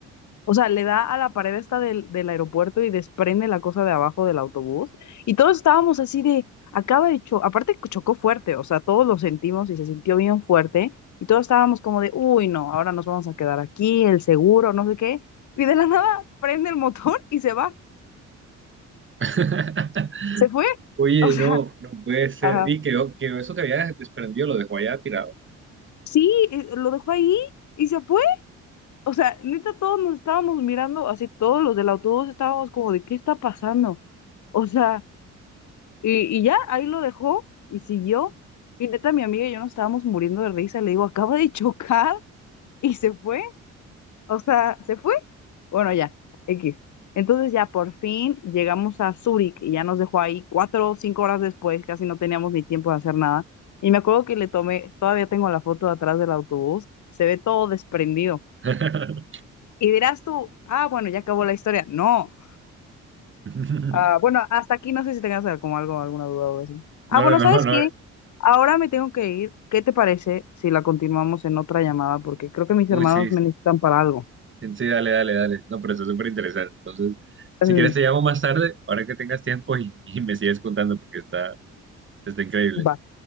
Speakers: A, on the left; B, on the right.
A: o sea, le da a la pared esta del, del aeropuerto y desprende la cosa de abajo del autobús. Y todos estábamos así de, acaba de chocar, aparte chocó fuerte, o sea, todos lo sentimos y se sintió bien fuerte. Y todos estábamos como de, uy, no, ahora nos vamos a quedar aquí, el seguro, no sé qué. Y de la nada <laughs> prende el motor y se va.
B: <laughs>
A: Se fue. <laughs>
B: Oye,
A: O sea,
B: no, no puede ser.
A: ajá.
B: Y quedó, quedó eso que había desprendido, lo dejó allá tirado.
A: Sí, eh, lo dejó ahí y se fue. O sea, neta, todos nos estábamos mirando, así todos los del autobús estábamos como de, ¿qué está pasando? O sea, Y, y ya, ahí lo dejó y siguió. Y neta, mi amiga y yo nos estábamos muriendo de risa. Le digo, acaba de chocar <laughs> y se fue. O sea, se fue. Bueno, ya, X. Entonces ya por fin llegamos a Zúrich y ya nos dejó ahí cuatro o cinco horas después, casi no teníamos ni tiempo de hacer nada. Y me acuerdo que le tomé, todavía tengo la foto de atrás del autobús, se ve todo desprendido.
B: <laughs>
A: Y dirás tú, ah, bueno, ya acabó la historia. No,
B: <laughs>
A: Ah, bueno, hasta aquí no sé si tengas como algo, alguna duda o así.
B: No,
A: Ah, bueno,
B: no,
A: ¿sabes
B: no, no.
A: qué? Ahora me tengo que ir. ¿Qué te parece si la continuamos en otra llamada? Porque creo que mis
B: Uy,
A: hermanos
B: sí,
A: me necesitan para algo.
B: sí, dale, dale, dale. No, pero eso es súper interesante. Entonces, si
A: Eh,
B: quieres te llamo más tarde, ahora que tengas tiempo y, y me sigues contando porque está, está increíble.
A: Va,